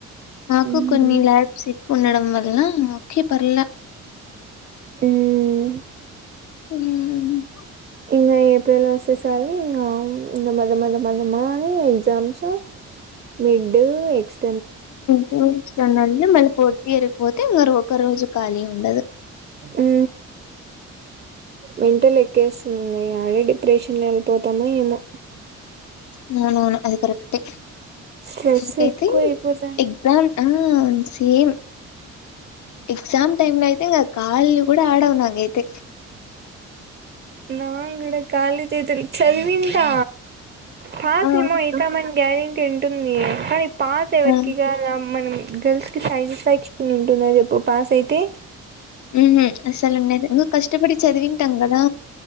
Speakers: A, on the left; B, on the right.
A: మాకు
B: ఉమ్
A: కొన్ని ల్యాబ్స్ ఎక్కు ఉండడం వల్ల ఓకే పర్ల
B: ఉమ్
A: హూ
B: ఇం ఏప్రిల్ వస్తేసాలు ఇకా ఇ మద మద మదమా అని exams mid X
A: two years ఉండండి మళ్ళీ ఫోర్త్ ఇయర్ పోతే ఇరు ఒక రోజు ఖాళీ ఉండదు
B: ఊ మెంటల్ ఎక్కేస్తున్నా ఆడెడి ఆపరేషన్లో వెళ్ళిపోతాము ఏమో
A: అవునవును అది కరెక్టే
B: స్ట్రెస్
A: నాకైతే
B: ఎక్కువ అయిపోతాంది
A: ఎగ్జామ్ హ్మ్ సేమ్ ఎక్సామ్ టైమ్ లో అయితే ఇకా క కూడా ఆడవవు నాంగైయితే
B: నా కూడా కూడా కాళ్లుచేతులు చదివింటా పాస్
A: ఆ
B: ఏమో ఎయితామని గ్యారెంటీ ఉంటుంది కానీ పాస్ ఎవరికిగా
A: ఆ
B: అలా మనం గర్ల్స్ కి సాటిస్ఫాక్షన్ ఉంటుందా చెప్పు పాస్ అయితే
A: ఊహు అస్సలు ఉండదు ఎందుక కష్టపడి చదివి ఉంటూం కదా